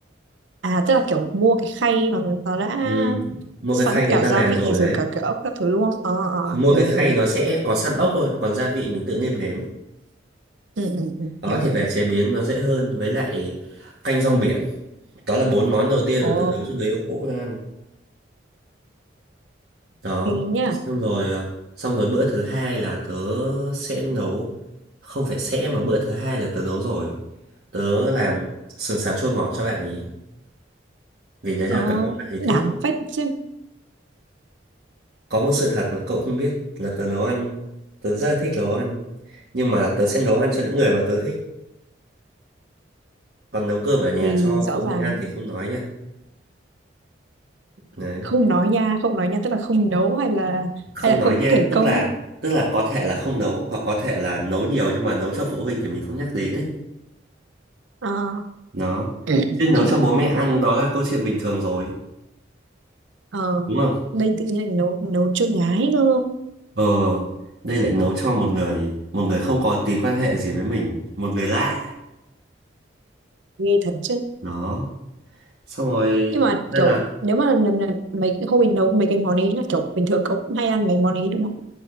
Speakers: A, on the right; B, on the right.
A: À tức là kiểu mua cái khay mà nó đã
B: ừ, mua
A: sẵn
B: cái khay người
A: cả
B: ta
A: gia
B: làm
A: vị
B: rồi
A: rồi
B: đấy
A: cả cái ốc các thứ đúng không? Ờ ờ
B: mua
A: hiểu
B: cái khay
A: hiểu hiểu.
B: nó sẽ có sẵn ốc thôi còn gia vị mình tự nêm nếm
A: Ừ, ừ, ừ,
B: đó
A: hiểu
B: thì
A: hiểu
B: về
A: hiểu.
B: chế biến nó dễ hơn với lại canh rong biển đó là bốn món đầu tiên
A: Ồ,
B: mà tớ nấu cho người yêu cũ tớ ăn đó
A: thì nhá.
B: xong rồi à, xong rồi bữa thứ hai là tớ sẽ nấu không phải sẽ mà bữa thứ hai là tớ nấu rồi tớ làm sườn xào chua ngọt cho bạn ý vì đấy
A: Ờ,
B: là cái món bạn ấy
A: đảm
B: thích
A: phách chứ.
B: có một sự thật mà cậu không biết là tớ nấu ăn tớ rất là thích nấu ăn nhưng mà tớ sẽ nấu ăn cho những người mà tớ thích còn nấu cơm ở nhà
A: Thì
B: cho
A: rõ
B: phụ
A: ràng
B: huynh ăn thì không nói nha đấy
A: không nói nha, không nói nha tức là không nấu hay là
B: không
A: hay là không
B: nói nha
A: kể
B: tức
A: công.
B: là tức là có thể là không nấu hoặc có thể là nấu nhiều nhưng mà nấu cho phụ huynh thì mình không nhắc đến ấy
A: Ờ.
B: Đó.
A: <clears throat>
B: Chứ nấu cho bố mẹ ăn đó là câu chuyện bình thường rồi,
A: Ờ,
B: đúng không?
A: đây tự nhiên lại nấu nấu cho gái cơ
B: Ờ, đây lại nấu cho một người, một người không có tí quan hệ gì với mình, một người lạ.
A: nghe thật chứ
B: Đó. Xong rồi,
A: nhưng mà
B: nên
A: kiểu
B: là
A: nếu mà lần lần mấy cái hôm mình nấu mấy cái món ấy là kiểu bình thường cậu cũng hay ăn mấy món ấy đúng không